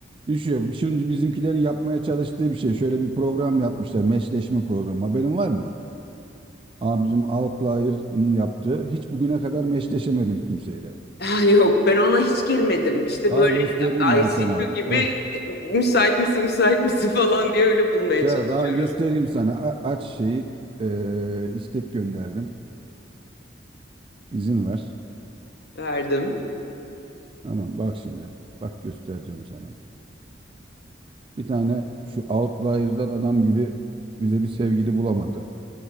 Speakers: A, on the right; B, on the left.
A: Düşüyor. Şimdi bizimkilerin yapmaya çalıştığı bir şey. Şöyle bir program yapmışlar. Meşleşme programı. Haberin var mı? Aa, bizim Outlier'ın yaptığı. Hiç bugüne kadar meşleşemedim kimseyle.
B: Ah, yok ben ona hiç girmedim. İşte
A: Aa
B: böyle
A: göstereyim ben
B: ICQ
A: sana.
B: gibi
A: Bak
B: e, müsait misin müsait misin falan diye öyle bulmaya
A: şey,
B: çalışıyoruz.
A: ben göstereyim sana. A- aç şeyi. e, istek gönderdim. İzin ver.
B: Verdim.
A: Tamam bak şimdi. Bak göstereceğim sana. Bir tane şu outlier'dan adam gibi bize bir sevgili bulamadı.